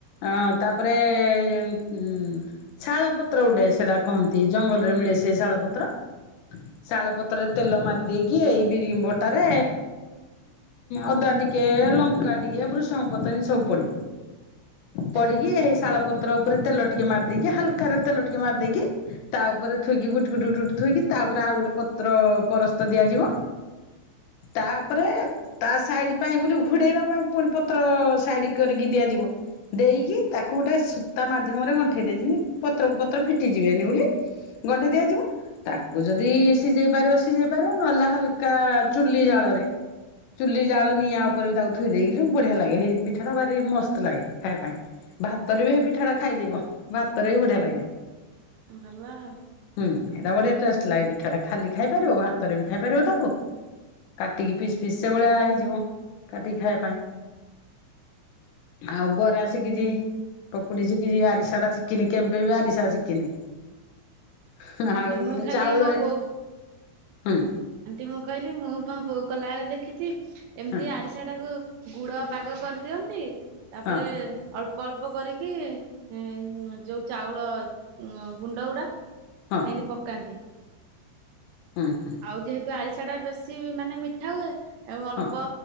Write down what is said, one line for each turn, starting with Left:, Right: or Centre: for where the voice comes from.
Left: ଆ ତାପରେ ଉଁ କୁ ଶାଳ ପତ୍ର ଗୋଡେ ସେଟା କହନ୍ତି ଜଙ୍ଗଲରେ ମିଳେ ସେ ଶାଳ ପତ୍ର। ଶାଳ ପତ୍ରରେ ତେଲ ମାରି ଦେଇକି ଏଇ ବିରି ବଟାରେ ଅଦା ଟିକ୍ ଟିକେ ଲଙ୍କା ଟିକେ ବୃଷଙ୍ଗ ପତ୍ର ଏମିତି ସବୁ ପଡିବ ପଡ଼ିକି
Right: ଆଜ୍ଞା
Left: ଏହି ଶାଳ ପତ୍ର ଉପରେ ତେଲ ଟିକେ ମରିା ଦେଇକି ହଲ୍କାରେ ତେଲ ଟିକେ ମାରି ଦେଇକି ତା ଉପରେ ଥୋଇକି ଗୁଟ୍ ଗୁଟ୍ ଗୁଟ୍ ଥୋଇକି ତାପରେ ଆଉ ଗୋଟେ ପତ୍ର ପରସ୍ତ ଦିଆଯିବ। ତାପରେ ତା ସାଇଡ୍ ପାଇଁ ବୁଲି ଘୋଡେଇବା ପାଇଁ ପୁଣି ପତ୍ର ଫାଡି କରିକି ଦିଆଯିବ। ଦେଇକି ତାକୁ ଗୋଟେ ସୂତା ମାଧ୍ୟମରେ ଗଣ୍ଠେଇ ଦେଇ ଯେମିତ୍ ପତ୍ରକୁ ପତ୍ର ଫିଟିଯିବେନି ବୋଲି ଗଣ୍ଠେଇ ଦିଆଯିବ। ତାକୁ ଯଦି ସିଝେଇ ପାରିବ ସିଝେଇ ପାରିବ ନହେଲା ହାଲ୍କା ଚୁଲି ଜାଳରେ ଚୁଲି ଜାଳ ନିଆ ଉପରେ ତାକୁ ଥୋଇ ଦେଲୁ ବଢିଆ ଲାଗେ ହେ ପିଠା ଟା ଭାରି ମସ୍ତ ଲାଗେ ଖାଇବା ପାଇଁ ଭାତରେ
Right: ଓହୋ
Left: ବି ପିଠା ଟା ଖାଇଦବ ଭାତରେ ବି ବଢିଆ ଲାଗେ।
Right: ଭଲ ଆଉ।
Left: ହୁଁ ଏଇଟା ବଢିଆ ଟେଷ୍ଟ ଲାଗେ ପିଠାଟା ଖାଲି ଖାଇ ପାରିବ ଭାତରେ ବି ଖାଇ ପାରିବ ତାକୁ। କାଟିକି ପିସ୍ ପିସ୍ ସେଭଳିଆ ହେଇଯିବ କାଟିକି ଖାଇଆ ପାଇଁ। ଆଉ ବରା ଶିଖିଚି ପକୁଡି ଶିଖିଚି ଆରିଶା ଟା ଶିଖିନି କେବେ ବି ଆରିସା ଶିଖିନି। <unintelligible> ଆଉ
Right: ହଁ ମୁଁ
Left: ଗୋଟେ
Right: ଖାଲି
Left: ଚାଉଳରେ
Right: ମୋ ବୋଉ
Left: ହୁଁ।
Right: ଆଣ୍ଟି ମୁଁ କଇଲି ମୁଁ ମୋ ବୋଉ କଲାବେଳେ ଦେଖିଚି ଏମିତି
Left: ହଁ
Right: ଆରିସା ଟାକୁ ଗୁଡ ପାଗ କରିଦିଅନ୍ତି ତାପରେ
Left: ହଁ
Right: ଅଳ୍ପ ଅଳ୍ପ କରିକି ଉଁ ଯୋଉ ଚାଉଳ ଉଁ ଗୁଣ୍ଡଗୁଡା
Left: ହଁ।
Right: ପକାନ୍ତି।
Left: ହୁଁ ହୁଁ।
Right: ଆଉ ଯେହେତୁ ଆରିସା ଟା ବେଶୀ ମାନେ ମିଠା ହୁଏ ଆଉ ଅଳ୍ପ
Left: ହଁ